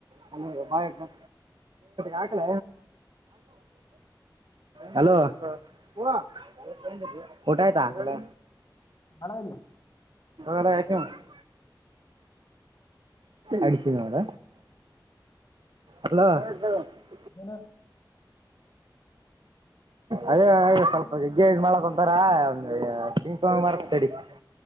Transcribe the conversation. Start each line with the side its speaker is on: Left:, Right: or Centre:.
Right: <unintelligible> ಹಾಕಲ ಹಲೋ ಹ <unintelligible> ಊಟಾಯತ ಬ
Left: ಮಾಡದಿಲ್ಲ
Right: <unintelligible> ಅಡಿಶದೋರ ಅಲೋ <unintelligible>
Left: ನ <unintelligible>
Right: ಅದೇ ಆ ಸ್ವಲ್ಪ
Left: ಮಾಡದೈತೆ
Right: ಜಗ್ಗೆ್ ಮಾಡ <unintelligible> ರಾ ಒ ಚಂಪ ಮರತಡಿ <unintelligible>